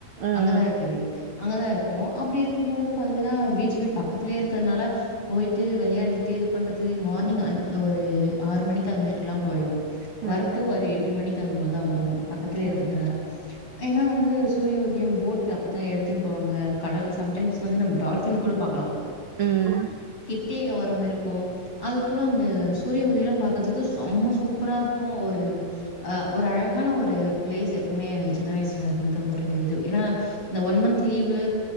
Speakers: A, on the right (about 55°); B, on the left (about 40°).
A: ம் ம்
B: அங்கதா இருக்கு எவீடு அங்கதா இருக்கு அப்டி இருக்கும்போது பாதிங்னா தா விஜிபி பக்கத்தில இத்தனால போயிட்டு வெளயாடிட்டு இது பண்றது மார்னிங் அஞ் ஒரு ஆறு மணிக்கு அது மாரிகுலா போயிடுவோ
A: ம்
B: வரத்து ஒரு எட்டு மணிக்கு அந் மார்தா வரு பக்கத்துலயே இருக்கிறதுனால
A: ம்
B: ஏனா வந்து சூரிய உதய போட்டு அப்பத எடுத்துனு போவாங்க கடல் சம்டைம்ஸ் வந்து நம்ம டிர்க் <unintelligible> கூட பாக்கலாம்
A: ம்
B: கிட்டிய உரம் இருக்கும் அது போல அந்த சூரிய உதல்லாம் பாக்கறதுக்கு செம்ம சூப்பராக இருக்கும் ஒரு அ ஒரு அழகான ஒரு பிளேஸ் எப்பவுமே எனக்கு சின்ன வயசுல இருந்த ஒரு இது ஏன்னா இந்த ஒன் மந்த் லீவு